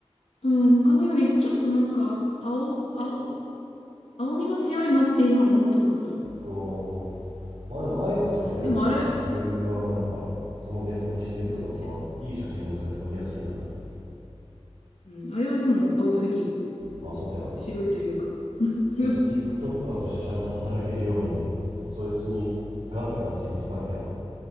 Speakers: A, on the left; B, on the right.
A: うん、他のよりちょっとなんか、青、青青みが強いなっていうのは思ったことある。
B: おーまあでもあえてそうしてるんだろうね。
A: うん。でもあれ、
B: Google 側がなんかそのデフォにしてるってことは、
A: そうね。
B: いい写真がそれ撮りやすいんだろうね。
A: うん。あれはでも青すぎ。
B: まあそうだよな。
A: 白いというか。<laughs>
B: ちょっと TikToker としてちゃんと働けるように、そいつにガツガツ言っとかなきゃな。